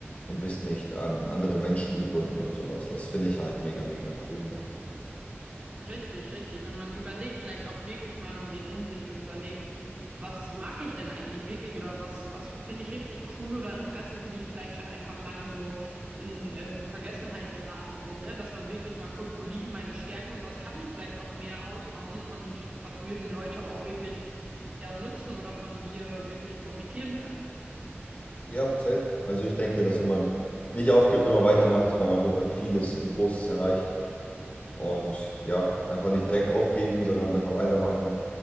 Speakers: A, on the left (about 35°); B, on the right (about 30°).
A: und bist nicht an andere Menschen gebunden und sowas. Das finde ich halt mega, mega cool, ne?
B: Richtig, richtig. Und man überlegt vielleicht auch wirklich mal und geht in sich und überlegt, was mag ich denn eigentlich wirklich oder was, was finde ich richtig cool oder Interessen, die vielleicht schon einfach lange so in ähm, Vergessenheit geraten sind, ne? Dass man wirklich mal guckt, wo liegen meine Stärken und was kann ich vielleicht auch mehr ausbauen und was würden Leute auch wirklich ja nutzen oder von dir wirklich profitieren können.
A: Ja, safe. Also ich denke, dass wenn man nicht aufgibt, immer weitermacht, dass man auf jeden Fall vieles und Großes erreicht. Und ja, einfach nicht direkt aufgeben, sondern einfach weitermachen.